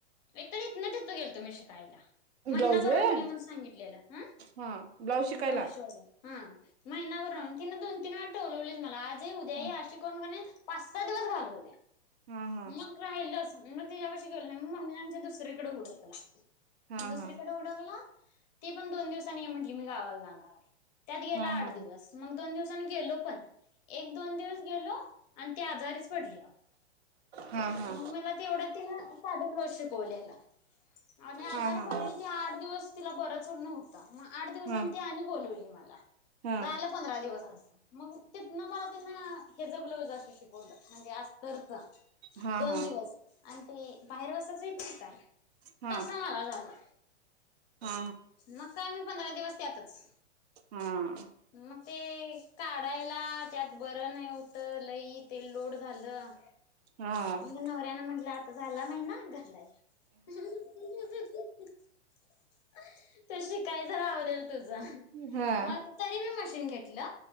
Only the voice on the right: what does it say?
ब्लाऊज व्हय
हा ब्लाऊज शिकायला
हा
हा हा
हा हा हा
हा
हा हा
हा हा
हा
हा
हा
हा हा
हा
हा
हम्म
हा हा
हा